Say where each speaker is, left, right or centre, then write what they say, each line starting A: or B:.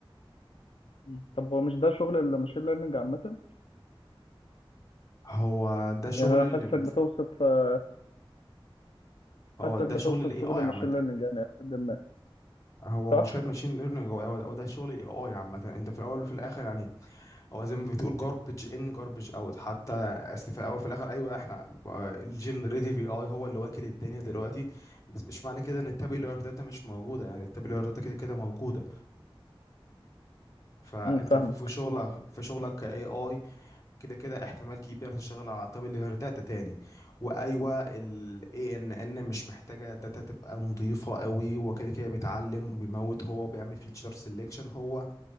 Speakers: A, on the left; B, on the left.
A: م. طب هو مش ده شغل الماشين ليرنينج عامه
B: هو ده شغل
A: يعني انا
B: اللي
A: حاسسك
B: مف-
A: بتوصف آه،
B: هو
A: حاسسك
B: ده
A: بتوصف
B: شغل الاي
A: شغل
B: اي
A: الماشين
B: عامه
A: ليرنينج يعني لحد ما
B: هو
A: صح
B: مش كده ماشين ليرنينج هو هو ده شغل الاي اي عامه انت في الاول وفي الاخر يعني هو زي ما بتقول جاربج ان جاربج اوت حتى أصل في الاول وفي الاخر ايوه احنا الجنريتيف اي اي هو اللي واكل الدنيا دلوقتي بس مش معنى كده ان التابيلار داتا مش موجوده يعني التابيلار داتا كده كده موجوده فانت
A: امم فاهمك
B: في في شغلك في شغلك كاي اي كده كده احتمال كبير تشتغل على طابل داتا تاني وايوه ال اي ان ان مش محتاجه داتا تبقى نظيفه قوي هو كده كده بيتعلم وبيموت هو بيعمل فيتشر سelection هو